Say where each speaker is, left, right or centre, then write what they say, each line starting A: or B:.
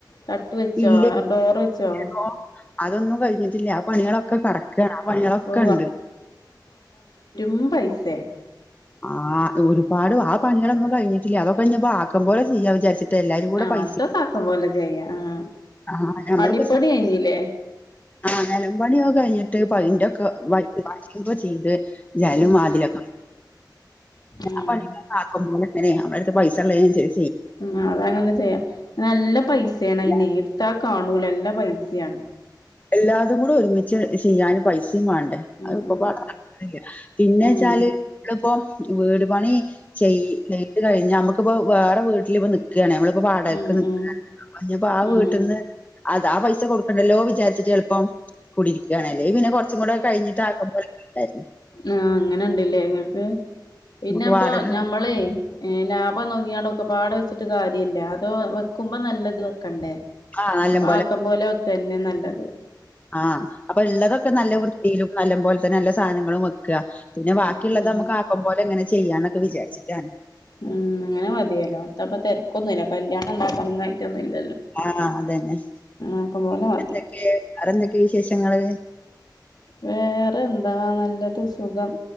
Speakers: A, on the left (about 65°); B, on the left (about 20°).
A: തട്ട് വെച്ചോ
B: ഇല്ല
A: ഡോർ വെച്ചോ
B: ഇപ്പോ അതൊന്നും കഴിഞ്ഞിട്ടില്ല ആ പണികളൊക്കെ കടക്കയാണ് ആ പണികളൊക്കെ
A: ഓ
B: ഉണ്ട്
A: ഉം പൈസ
B: ആ ഒരുപാട് ആ പണികളൊന്നും കഴിഞ്ഞിട്ടില്ല അതൊക്കെ ഇപ്പോ ആക്കം പോലെ ചെയ്യാ വിചാരിച് എല്ലാരും കൂടെ
A: ആ
B: പൈസ
A: അതൊക്കെ ആക്കം പോലെ ചെയ്യാം ആ
B: ആ നമ്മളിപ്പോ-
A: അടിപൊളി കഴിഞ്ഞില്ലേ
B: ആ നെലം പണിയൊക്കെ കഴിഞ്ഞിട്ട് പൈന്റെക്കെ ബാക്കിയൊക്കെ ചെയ്ത് ജനലും
A: ഉം
B: വാതിലൊക്കെ
A: ഉം
B: ഞാൻ പണിക്ക് ആക്കംപോലെ- നേ നമ്മളടുത്ത് പൈസ ഉള്ളേ ശരി
A: ആ അത അങ്ങനെ ചെയ്യാം നല്ല പൈസയാണ്
B: പിന്നെ
A: അയിനേ ഇട്ത്ത കാണൂല എല്ല പൈസയാണ്
B: എല്ലാതും കൂടെ ഒരുമിച്ച് ചെയ്യാന് പൈസ പൈസ മാണ്ടേ
A: ഉം
B: അത് ഒക്കെപ്പടെ
A: ഉം
B: നടക്കുന്നില്ല പിന്നെ
A: ഉം
B: വെച്ചാല്മ്മപ്പോ വീട്- പണി ചെയ് ചെയ്ത് കഴിഞ്ഞ നമുക്കിപ്പ വേറെ വീട്ടിലിപ്പ നിക്കുകയാാണ് നമ്മള്- വാടകക്ക്
A: ഉം
B: നിക്കാണ്
A: ഉം
B: ആ
A: ഉം
B: വീട്ടിൽന്ന് അതാ പൈസ കൊടുക്കണ്ടല്ലോ വിചാ- എളുപ്പം കൂടിരിക്കുകയാണല്ലേ പിന്നെ കുറച്ചും കൂടെ കഴിഞ്ഞിട്ട് ആക്കുമ്പലായിരുന്നു
A: ആഹ അങ്ങനെ ഇണ്ടല്ലേ നിങ്ങക്ക് പിന്നെ
B: നമുക്ക്
A: ഇപ്പൊ
B: വാടക
A: ഞമ്മളെ- ഏ ലാഭം നോക്കിാടൊക്കെ പാട വെച്ചിട്ട് കാര്യമില്ല അതോ- വക്കുമ്പോ നല്ലത് വെക്കണ്ടേ
B: ആഹ് നല്ലം
A: അപ്പൊ ആക്കം പോലെ വെക്കന്നെ നല്ലത്
B: ആ അപ്പൊ ഉള്ളതൊക്കെ നല്ല വൃത്തിയിലും നല്ല പോലെ തന്നെ നല്ല സാധനങ്ങളും വെക്ക പിന്നെ ബാക്കിയുള്ളള്ളത്
A: ഉം ഉം
B: നമുക്ക് ആക്കപോലെ എങ്ങനെ ചെയ്യാണ് വിചാരിച്ചിട്ടാണ്
A: ഉം അങ്ങനെ മതിയല്ലോ അത്തപ്പ തിരക്കൊന്നുമില്ല കല്യാണം ഉണ്ടാക്കണംന്നായിട്ടൊന്നുല്ല
B: ആ അതന്നെ പി
A: ആക്കം പോലെ മതി
B: എന്തൊക്കെ വേറെ എന്തൊക്കെയ വിശേഷങ്ങള്
A: വേറെ എന്താ നല്ലത് സുഖം